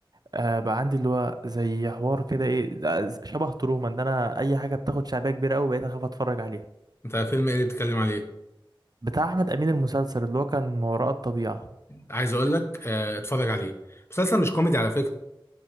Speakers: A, on the right (about 50°); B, on the left (about 30°).
A: آه بقى عندي اللي هو زي حوار كده ايه ده ز- شبه تروما ان انا اي حاجه بتاخد شعبيه كبيره قوي بقيت اخاف اتفرج عليها
B: انت فيلم ايه اللي بتتكلم عليه
A: بتاع احمد امين المسلسل اللي هو كان ما وراء الطبيعه
B: عايز اقول لك آه، اتفرج عليه مسلسل مش كوميدي على فكره